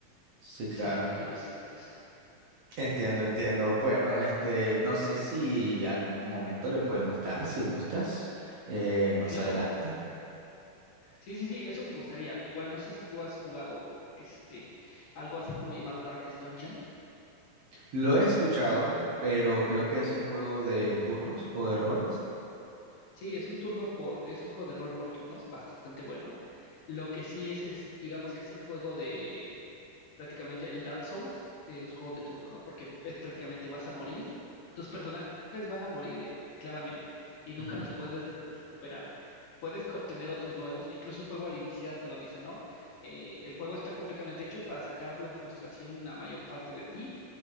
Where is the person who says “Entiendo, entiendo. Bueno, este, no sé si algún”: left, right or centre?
Right